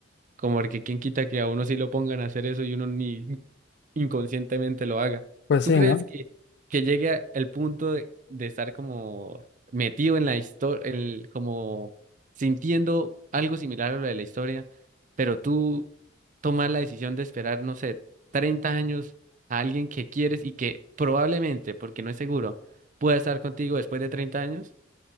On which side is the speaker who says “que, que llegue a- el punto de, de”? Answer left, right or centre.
Right